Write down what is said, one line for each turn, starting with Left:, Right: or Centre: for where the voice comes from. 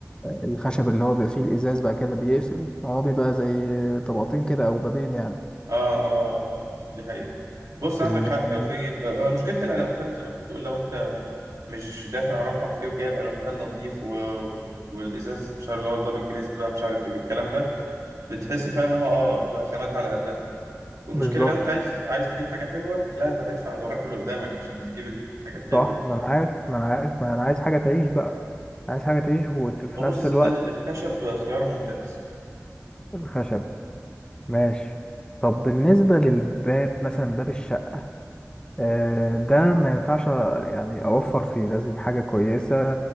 Left: الخشب اللي هو بيبقى فيه الازاز بقى كده بيقفل هو بيبقى زي طبقتين كده او بابين يعني
Right: اه اه اه دي حقيقة بص عندك
Left: ال-
Right: حق في آه، مشكلة الألوميتال زي ما انت بتقول لو انت مش دافع رقم فيه وجايب ألوميتال نظيف و... و- والإزاز مش عارف اللي هو الدبل جليزد بقى مش عارف والكلام ده بتحس فعلا ان هو اه بتبقى خامات على قدها والمشكلة
Left: بالظبط
Right: لو انت عايز عايز تجيب حاجة حلوة لا انت هتدفع اللي وراك واللي قدامك عشان تجيب الحاجة الحلوة
Left: صح
Right: دي
Left: ما انا عارف ما انا عارف ما انا عايز حاجه تعيش بقى عايز حاجه تعيش وفي
Right: وبص
Left: نفس
Right: صدقني
Left: الوقت
Right: الخشب خيار ممتاز
Left: الخشب ماشي طب بالنسبه للباب مثلا باب الشقه آه، ده ما ينفعش يعني اوفر فيه لازم حاجة كويسة